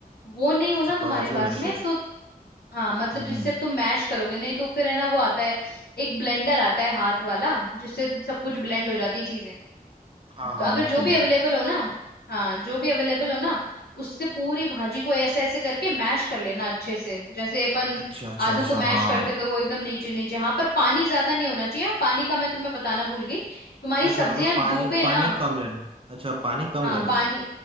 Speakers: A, on the left (about 80°); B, on the right (about 35°).
A: वो नहीं
B: अच्छा
A: हो ना तुम्हारे
B: पाव भाजी
A: पास
B: का मिक्सचर
A: में तो हाँ मतलब
B: हम्म
A: जिससे
B: हम्म
A: अब तुम मैश करोगे नहीं तो फिर है ना वो आता है एक ब्लेंडर आता है हाथ वाला जिससे सब कुछ ब्लेंड हो जाती है चीजें
B: हाँ हाँ
A: अगर
B: मिक्स
A: जो
B: करने
A: भी अवेलेबल
B: के लिए
A: हो ना हाँ जो भी अवेलेबल हो ना उससे पूरी भाजी को ऐसे ऐसे करके मैश कर लेना अच्छे से जैसे अपन
B: अच्छा अच्छा
A: आलू
B: अच्छा
A: को मैश
B: हाँ हाँ।
A: करते तो वो एकदम नीचे नीचे हाँ पर पानी ज्यादा नहीं होना चाहिए हाँ, पानी का मैं तुम्हें बताना भूल गई तुम्हारी
B: अच्छा
A: सब्जियां
B: मतलब पानी
A: डूबे
B: पानी
A: ना
B: कम लेना अच्छा पानी कम
A: हाँ
B: लेना
A: पानी
B: है